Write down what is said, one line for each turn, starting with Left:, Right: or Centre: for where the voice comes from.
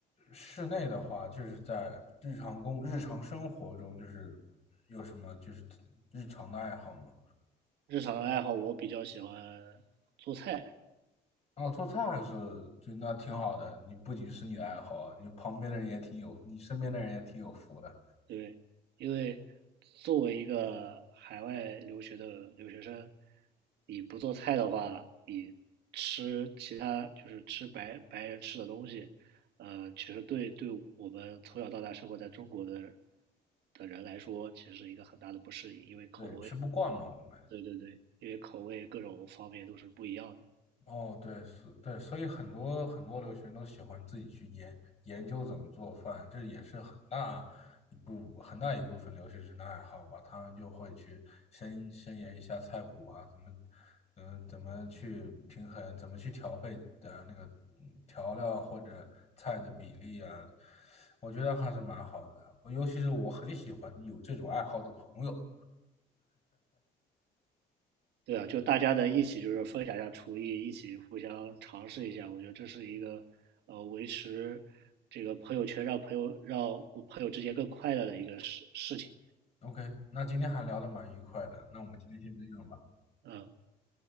Left: 室内的话，就是在日常工日常生活中，就是有什么就是日常的爱好吗？
Right: 日常的爱好我比较喜欢做菜，
Left: 哦，做菜还是就那挺好的。你不仅是你的爱好啊，你旁边的人也挺有，你身边的人也挺有福的。
Right: 对，因为作为一个海外留学的留学生，你不做菜的话，你吃其他就是吃白白人吃的东西，呃，其实对对我们从小到大生活在中国的的人来说，其实是一个很大的不适应，因为口味，
Left: 对，吃不惯嘛，我们。
Right: 对对对，因为口味各种方面都是不一样的。
Left: 哦，对，是，对，所以很多很多留学生都喜欢自己去研研究怎么做饭，这也是很大一部很大一部分留学生的爱好吧。他们就会去深深研一下菜谱啊，怎么，嗯，怎么去平衡，怎么去调配的那个嗯调料或者菜的比例啊，我觉得还是蛮好的。尤其是我很喜欢有这种爱好的朋友。
Right: 对啊，就大家在一起就是分享一下厨艺，一起互相尝试一下，我觉得这是一个呃维持这个朋友圈，让朋友让我朋友之间更快乐的一个事事情。
Left: OK，那今天还聊的蛮愉快的，那我们今天先这样吧，
Right: 嗯，